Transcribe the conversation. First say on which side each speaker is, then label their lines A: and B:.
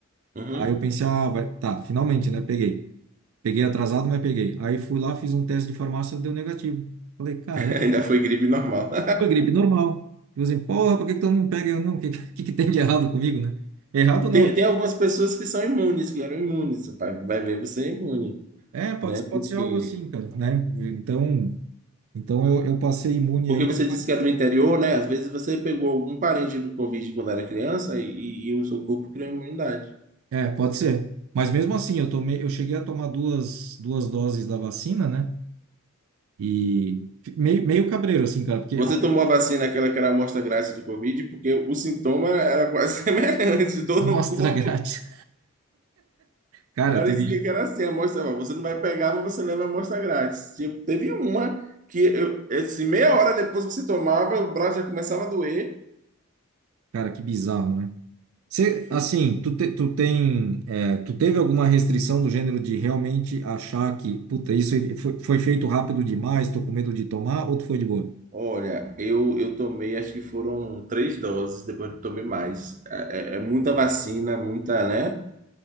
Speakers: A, on the right; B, on the right.
A: Uhum.
B: Aí eu pensei, ah, vai, tá, finalmente, né, peguei. Peguei atrasado, mas peguei. Aí fui lá, fiz um teste de farmácia, deu negativo. Falei, cara,
A: <laughs> Ainda foi gripe normal. <laughs>
B: foi gripe normal. E assim, porra, por que que todo mundo pega? Eu não, o que, <laughs> que que tem de errado comigo, né? Errado não,
A: Tem,
B: né?
A: tem algumas pessoas que são imunes, que eram imunes, vai, vai ver você é imune,
B: É, pode,
A: né?
B: pode
A: Porque,
B: ser algo assim, cara, né? Então, então eu, eu passei imune
A: porque
B: a isso.
A: você disse que é do interior, né? Às vezes você pegou algum parente do Covid quando era criança e, e, e o seu corpo criou imunidade.
B: É, pode ser. Mas mesmo assim, eu tomei, eu cheguei a tomar duas, duas doses da vacina, né? E fi- meio, meio cabreiro, assim, cara, porque
A: Você
B: a
A: tomou a vacina, aquela que era a amostra grátis do Covid, porque o sintoma era quase <laughs> semelhante, dor
B: a amostra
A: no corpo
B: <laughs> grátis. Cara,
A: Parecia
B: teve.
A: que era assim, a amostra, ó, você não vai pegar, mas você leva a amostra grátis. Tipo, teve uma que eu, assim, meia hora depois que você tomava, o braço já começava a doer.
B: Cara, que bizarro, né? Você,
A: Fu-
B: assim, tu, te- tu tem. é, tu teve alguma restrição do gênero de realmente achar que, puta, isso foi, foi feito rápido demais, tô com medo de tomar, ou tu foi de boa?
A: Olha, eu, eu tomei, acho que foram três doses, depois eu tomei mais. É, é- é muita vacina, muita, né?